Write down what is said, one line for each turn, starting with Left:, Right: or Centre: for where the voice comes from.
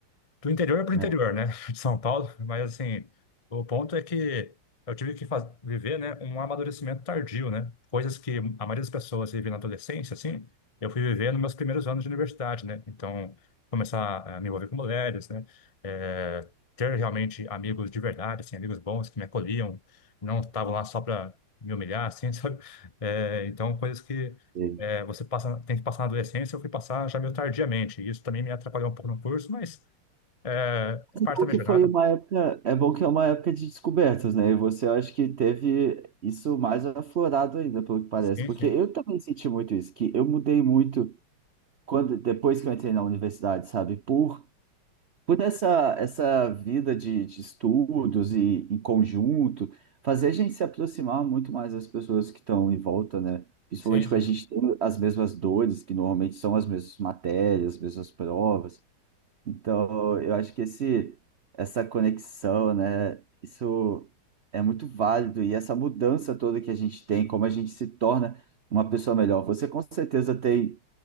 Left: do interior para o interior,
Right: É.
Left: né, <laughs> de São Paulo, mas assim, o ponto é que eu tive que faz- viver, né, um amadurecimento tardio, né, coisas que a maioria das pessoas vive na adolescência, assim, eu fui viver nos meus primeiros anos de universidade, né, então começar a me envolver com mulheres, né, eh, ter realmente amigos de verdade, assim, amigos bons que me acolhiam, não estavam lá só para me humilhar, assim, <laughs> sabe, Eh, então coisas que
Right: teve.
Left: eh, você passa, tem que passar na adolescência, eu fui passar já meio tardiamente, e isso também me atrapalhou um pouco no curso, mas é,
Right: Mas
Left: é parte
Right: É bom
Left: da minha
Right: que
Left: jornada.
Right: foi uma época, é bom que é uma época de descobertas, né? E você acho que teve isso mais aflorado ainda, pelo que parece,
Left: Sim,
Right: porque
Left: sim.
Right: eu também senti muito isso, que eu mudei muito quando depois que eu entrei na universidade, sabe? Por por essa, essa vida de, de estudos e em conjunto, fazer a gente se aproximar muito mais das pessoas que estão em volta, né? Principalmente
Left: Sim, sim.
Right: quando a gente tem as mesmas dores, que normalmente são as mesmas matérias, as mesmas provas. Então, eu acho que esse, essa conexão, né? Isso é muito válido e essa mudança toda que a gente tem, como a gente se torna uma pessoa melhor. Você com certeza tem